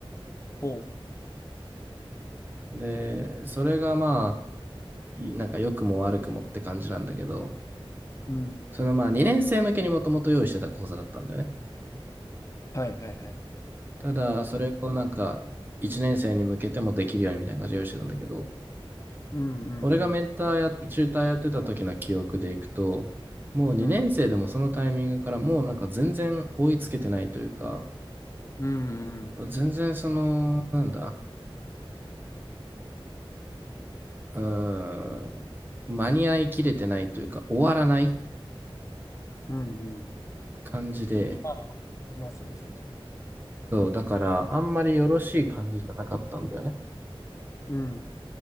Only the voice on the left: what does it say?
おう
うん
はいはいはい
うんうんうん
うんうんうん
うんうん
あありますよねそうそう
うん